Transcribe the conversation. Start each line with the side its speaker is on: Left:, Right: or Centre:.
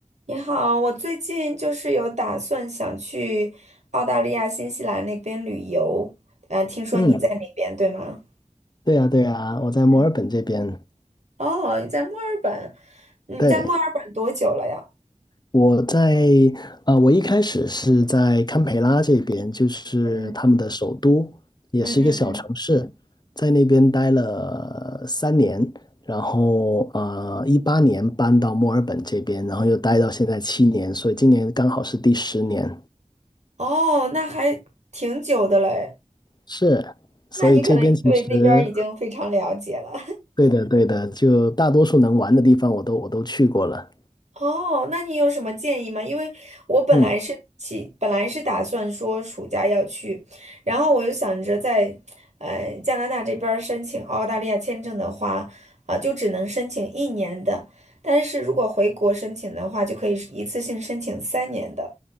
Right: 你好，我最近就是有打算想去澳大利亚、新西兰那边旅游，呃，听说你在那边，
Left: 嗯，
Right: 对吗？
Left: 对呀，对呀，我在墨尔本这边。
Right: 嗯，哦，你在墨尔本，你在墨尔本多久了呀？
Left: 对，我在呃，我一开始是在堪培拉这边，就是他们的首都，
Right: 嗯，
Left: 也是一个小城市，
Right: 嗯嗯嗯，
Left: 在那边待了三年，然后呃，一八年搬到墨尔本这边，然后又待到现在七年，所以今年刚好是第十年。
Right: 哦，那还挺久的嘞，
Left: 是，所以这边其实
Right: 那你可能对那边儿已经非常了解了。
Left: 对的，对的，就大多数能玩的地方我都我都去过了。
Right: 哦，那你有什么建议吗？因为我本来是起，
Left: 嗯，
Right: 本来是打算说暑假要去，然后我又想着在，呃，加拿大这边儿申请澳大利亚签证的话，啊、就只能申请一年的，但是如果回国申请的话，就可以是一次性申请三年的，